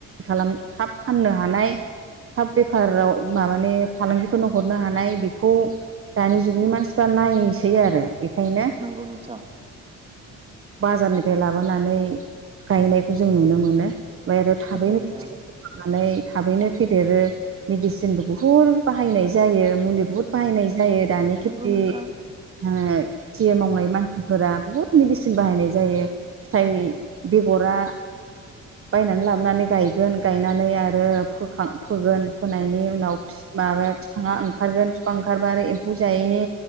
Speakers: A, on the right; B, on the right.
A: खालाम थाब फाननो हानाय। थाब बेफाराव मा माने फालांगिफोरनो हरनो हानाय बेखौ दानि जुगनि मानसिफ्रा नायोसै आरो बेखायनो
B: नंगौ नोंथां
A: बाजारनिफ्राय लाबोनानै गायनायखौ जों नुनो मोनो। ओमफ्राय आरो थाबैनो
B: नंगौ नोंथां
A: खिथि फाननानै थाबैनो फेदेरो मेदिसिनबो बुहुद बाहायनाय जायो मुलि बुहुद बाहायनाय जायो दानि खिथि
B: नंगौ नोंथां
A: खेथि मावनाय मानसिफोरा बुहुत मेडिसिन बाहायनाय जायो। फिथाइ बेगरा बायनानै लाबोनानै गायगोन गायनानै आरो फोखां फोगोन फोनायनि उनाव माबाया फिफाङा ओंखारगोन फिफां ओंखारबा आरो एम्फौ जायैनि